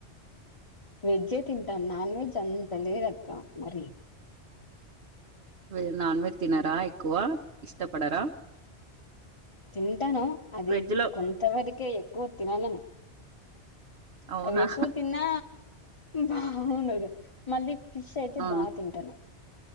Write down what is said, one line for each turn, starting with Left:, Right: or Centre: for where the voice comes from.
Left: వెజే తింటాను నాన్ వెజ్ అంతా తెలువదక్క మరి.
Right: వె నాన్ వెెజ్ తినరా ఎక్కువ ఇష్టపడరా.
Left: తింటాను అది
Right: వెజ్‌లో
Left: కొంతవరకే ఎక్కువ తినను.
Right: అవునా!
Left: అవి ఎక్కువ తిన్నా బాగుండదు మళ్ళీ ఫిష్ అయితే
Right: ఆ!
Left: బాగా తింటాను.